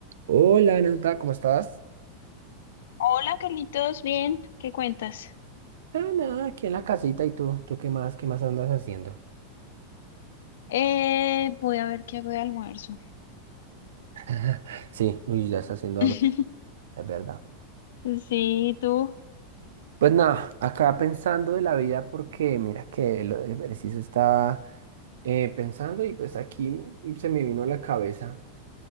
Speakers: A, on the right (about 85°); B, on the left (about 80°).
A: Hola, Nata, ¿cómo estás?
B: Hola Carlitos, bien, ¿qué cuentas?
A: Ah, nada, aquí en la casita. ¿Y tú? ¿Tú qué más? ¿Qué más andas haciendo?
B: Eh, voy a ver qué hago de almuerzo.
A: <laughs> Sí, uy, ya está haciendo
B: <laughs>
A: hambre, es verdad.
B: Sí, tú.
A: Pues nada, acá pensando de la vida porque mira que lo de preciso estaba eh, pensando y pues aquí se me vino a la cabeza.